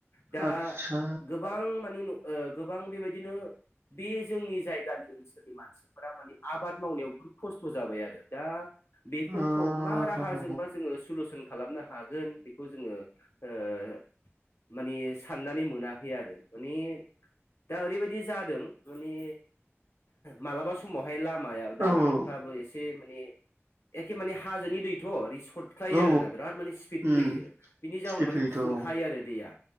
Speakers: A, on the left (about 65°); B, on the right (about 65°).
A: दा
B: आतसा
A: गोबां मानि न ओ गोबां बेबायदिनो बे जोंनि जायगानि ओनसोलनि मानसिफोरा माने आबाद मावनायाव बुहुथ खस्थ जाबाय आरो दा बेफोरखौ
B: ओ
A: मा राहाजोंबा
B: औ
A: जोंङो सुलसन खालामनो हागोन बेखौ जोंङो ओ माने साननानै मोनाखै आरो माने दा ओरैबादि जादों माने माब्लाबा समाव फाय लामाया लांदांफ्राबो
B: औ
A: एसे माने एखे माने हाजोनि दैथ' रिस सरख्लायो
B: औ
A: आरोना बिराद माने स्फिथ
B: उम
A: फैयो बिनि जावुनाव
B: सिफिफिथ'
A: खुरखायो
B: औ
A: आरो दैया।